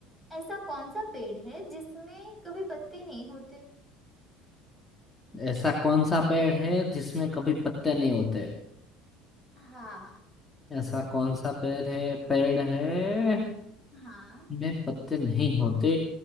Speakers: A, in the centre; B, on the left.
A: ऐसा कौन सा पेड़ है जिसमें कभी पत्ते नहीं होते
B: ऐसा कौन सा पेड़ है जिसमें कभी पत्ते नहीं होते
A: हाँ
B: ऐसा कौन सा पेड़ है पेड़ है
A: हाँ
B: में पत्ते नहीं होते